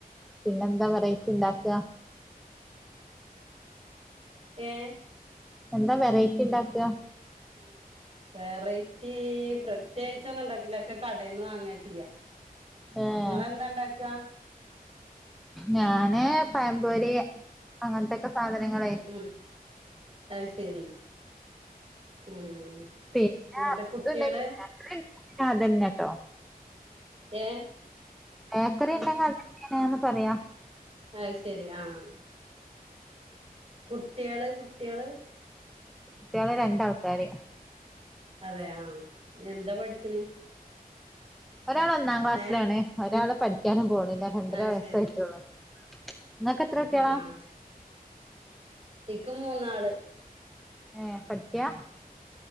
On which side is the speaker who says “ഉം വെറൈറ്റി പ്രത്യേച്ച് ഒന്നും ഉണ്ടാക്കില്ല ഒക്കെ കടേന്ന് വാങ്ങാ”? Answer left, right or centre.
Right